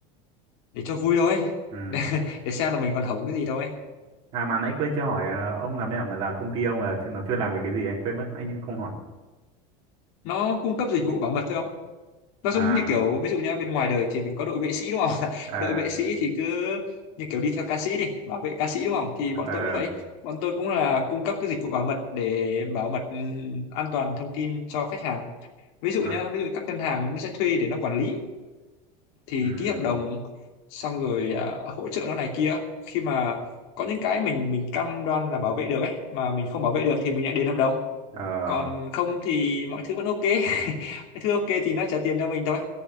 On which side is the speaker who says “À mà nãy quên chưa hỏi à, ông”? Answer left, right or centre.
Right